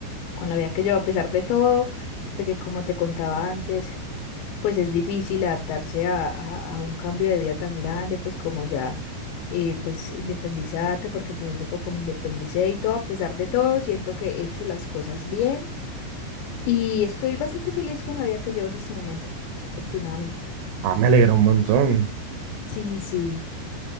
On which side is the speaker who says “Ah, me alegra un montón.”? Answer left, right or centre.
Right